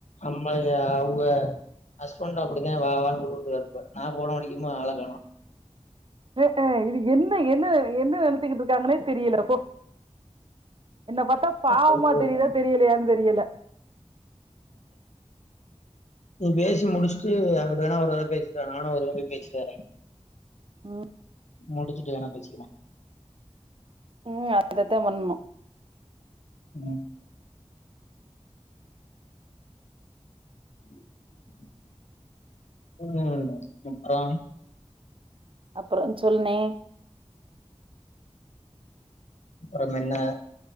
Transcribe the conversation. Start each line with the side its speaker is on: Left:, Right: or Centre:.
Left: அம்மா அவுக ஹஸ்பண்ட் அப்டிதான் வா வான்னு கூப்டுட்டு த இருப்ப நான் போன அடிக்குமோ ஆளை காணோம்
Right: ஹ இது என்ன என்ன என்ன நினைச்சுகிட்டு இருக்காங்கன்னே தெரியல போ என்ன பாத்தா பாவமா
Left: சொல்றது
Right: தெரியுதா
Left: நம்ம?
Right: தெரியலையான்னு தெரியல
Left: நீ பேசி முடிச்சுட்டு அங்கிட்ட வேணா ஒரு தடவ பேசிட்டுவா நானும் ஒருதடவபோய் பேசிட்டிவறேன்
Right: உம்
Left: முடிச்சுட்டு வேனா பேசிக்கலா
Right: உம் அதத்தான் பண்ணணும்
Left: உம் <inaudible> உம் அப்றம்
Right: அப்புறம் சொல்னே
Left: அப்புறம் என்ன